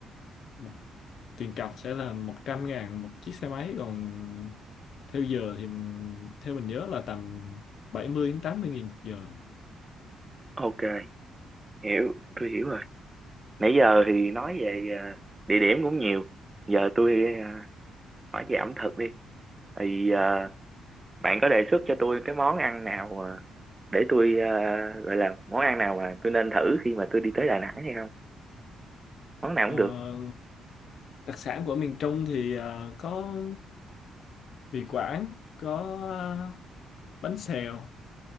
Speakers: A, on the left; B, on the right.
A: một tiền cọc sẽ là một trăm ngàn một chiếc xe máy còn theo giờ thì mình theo mình nhớ là tầm 70 đến tám mươi nghìn một giờ
B: ok hiểu tôi hiểu rồi nãy giờ thì nói về ờ, địa điểm cũng nhiều giờ tôi ờ, hỏi về ẩm thực đi thì ờ, bạn có đề xuất cho tôi cái món ăn nào ờ, để tôi ờ, gọi là món ăn nào mà tôi nên thử khi mà tôi đi tới Đà Nẵng hay không món nào
A: Ờ,
B: cũng được
A: đặc sản của miền Trung thì ờ, có mì Quảng, có ờ, bánh xèo